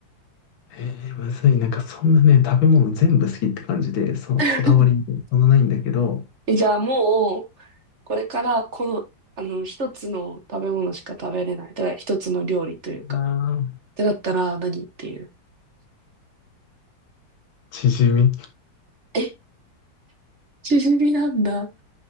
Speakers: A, on the left (about 85°); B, on the right (about 45°).
A: えー、むずい。なんかそんなね、食べ物全部好きって感じで、そのこだわりみたいなのそんなないんだけど、
B: <laughs> じゃあもう、これからこの、あの、一つの食べ物しか食べれない。だから一つの料理というか。
A: あー
B: ってなったら何っていう。
A: チヂミ。
B: えチヂミなんだ。